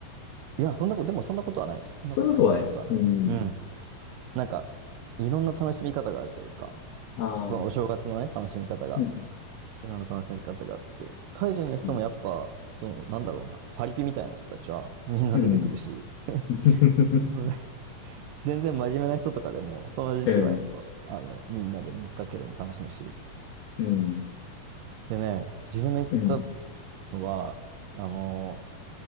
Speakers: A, on the right; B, on the left.
A: いや、そんなこと、でもそんなことはない。
B: そういうことはないです。
A: そんなことない、そんなことはない。
B: うん。
A: うん。なんか、いろんな楽しみ方があるというか、
B: ああ、
A: そのお正月のね、楽しみ方が
B: うん。
A: 今の楽しみ方があって。タイ人の人もやっぱ、
B: うん。
A: その、なんだろうな、パリピみたいな人たちはみんな出てくるし、
B: うん。
A: <laughs>
B: <laughs>
A: うん全然真面目な人とかでも、その時期はやっぱ、
B: うん。
A: あの、みんなで水かけるの楽しむし。
B: うん。
A: でね、自分の行った
B: うん
A: のは、あの、